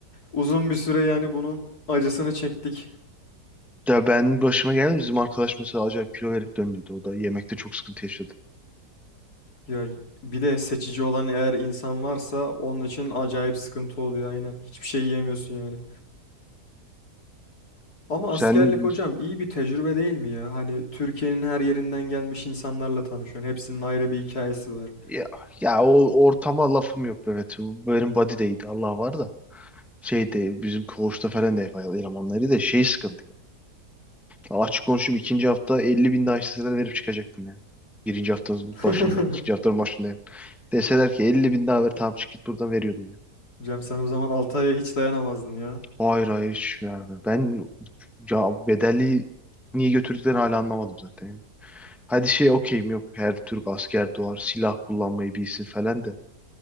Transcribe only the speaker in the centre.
Ya ben başıma geldi. Bizim arkadaş mesela acayip kilo verip döndüydü. O da yemekte çok sıkıntı yaşadı.
Sen
ya, ya o ortama lafım yok evet. Benim body değildi Allah var da. Şeyde bizim koğuşta falan da elemanları da şey sıkıntı. Ya Açık konuşayım ikinci hafta 50 bin daha isteseler verip çıkacaktım yani. Birinci haftanın
başındayım. ikinci haftanın başındayım. Deseler ki 50 bin daha ver tamam çık git buradan veriyordum ya.
Hayır hayır hiç yani. Ben ya bedelli niye götürdüklerini hala anlamadım zaten. Hadi şey okeyim yok her Türk asker doğar silah kullanmayı bilsin falan de.